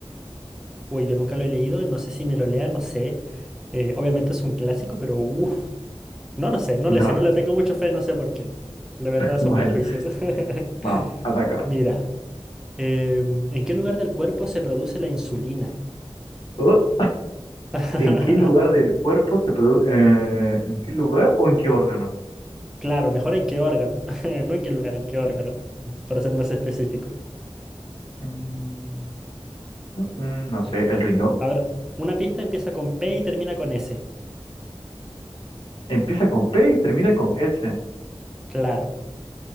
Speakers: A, in the centre; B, on the left (about 60°).
A: Uy, yo nunca lo he leído, no sé si me lo lea, no sé. Eh, obviamente es un clásico, pero uff, no lo sé,
B: <laughs>
A: no
B: No.
A: le sé, no le tengo mucho fe, no sé por qué. La verdad son
B: Bueno,
A: prejuicios. <laughs>
B: vamos, ataca.
A: Mira, em, ¿en qué lugar del cuerpo se produce la insulina?
B: Oh,
A: <laughs>
B: ¿en qué lugar del cuerpo se produce? ¿en qué lugar o en qué órgano?
A: Claro, mejor en qué órgano, <laughs> no en qué lugar, en qué órgano, para ser más específico.
B: Mm, mm, no sé, el riñón.
A: A ver, una pista empieza con P y termina con S.
B: Empieza con P y termina con S.
A: Claro,